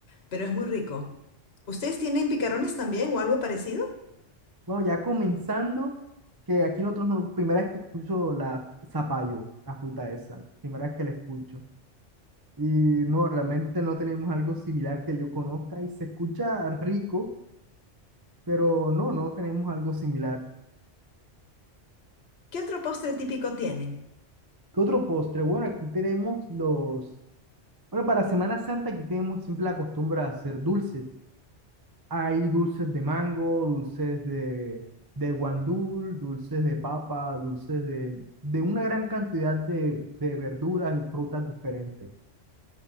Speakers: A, on the left; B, on the right.
A: pero es muy rico. ¿Ustedes tienen picarones también o algo parecido?
B: Bueno, ya comenzando, que aquí nosotros, no- primera vez que escucho la zapallo, la fruta esa, primera vez que la escucho. Y no, realmente no tenemos algo similar que yo conozca y se escucha rico, pero no, no tenemos algo similar.
A: ¿Qué otro postre típico tienen?
B: ¿Qué otro postre? Bueno, aquí tenemos los... Bueno, para Semana Santa aquí tenemos siempre la costumbre de hacer dulces. Hay dulces de mango, dulces de, de guandul, dulces de papa, dulces de, de una gran cantidad de, de verduras y frutas diferentes